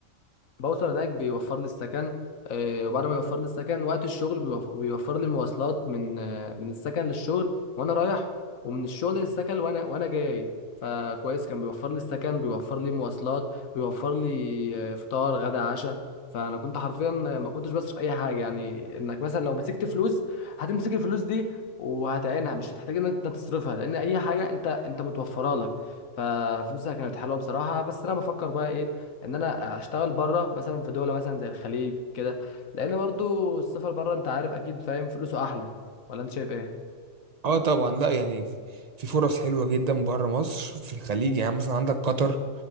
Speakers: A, on the left (about 80°); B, on the right (about 35°).
A: بوصل هناك بيوفر لي السكن آه، وبعد ما يوفر لي السكن وقت الشغل بيوف- بيوفر لي المواصلات من آه، من السكن للشغل وانا رايح ومن الشغل للسكن وانا وانا جاي فكويس كان بيوفر لي السكن بيوفر لي مواصلات بيوفر لي آه، فطار غدا عشاء فانا كنت حرفيا ما كنتش بصرف اي حاجه يعني انك مثلا لو مسكت فلوس هتمسك الفلوس دي وهتعينها مش هتحتاج ان انت تصرفها لان اي حاجه انت انت متوفره لك ففلوسها كانت حلوه بصراحه بس انا بفكر بقى ايه ان انا اشتغل بره مثلا في دوله مثلا زي الخليج كده لان برضو السفر بره انت عارف اكيد فاهم فلوسه احلى ولا انت شايف ايه؟
B: اه طبعا لا يعني في فرص حلوة جدا بره مصر في الخليج يعني مثلا عندك قطر